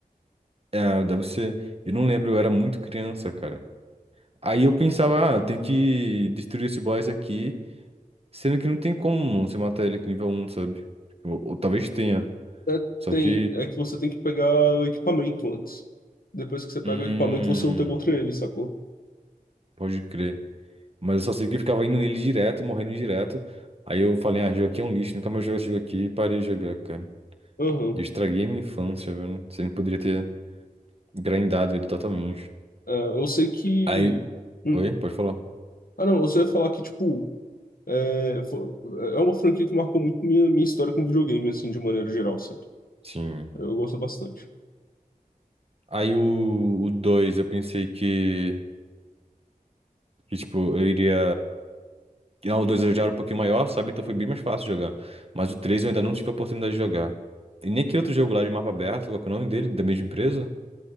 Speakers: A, on the right (about 40°); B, on the left (about 75°).
A: É, deve ser. Eu não lembro, eu era muito criança, cara. Aí eu pensava, ah, tenho que destruir esse boss aqui. Sendo que não tem como você matar ele com nível um sabe? Tipo, Ou, talvez tenha.
B: É,
A: Só
B: tem,
A: que.
B: é que você tem que pegar o equipamento antes. Depois que você pega
A: Hum.
B: o equipamento, você luta contra ele, sacou?
A: Pode crer. Mas eu só sei que eu ficava indo nele direto e morrendo direto. Aí eu falei, ah, esse jogo aqui é um lixo, nunca mais jogo esse jogo aqui e parei de jogar, cara.
B: Aham.
A: E Eu estraguei minha infância, velho. Você poderia ter grindado ele totalmente.
B: É, eu sei que.
A: Aí.
B: hum,
A: Oi? Pode falar?
B: Ah, não, você ia falar que, tipo, é, fo- é uma franquia que marcou muito minha, minha história com videogame, assim, de maneira geral, sabe?
A: Sim.
B: Eu gosto bastante.
A: Aí o, 2 eu pensei que. Que, tipo, eu iria. Não, o 2 eu já era um pouquinho maior, sabe? Então foi bem mais fácil jogar. Mas o 3 eu ainda não tive a oportunidade de jogar. E nem aquele outro jogo lá de mapa aberto, qual que é o nome dele? Da mesma empresa?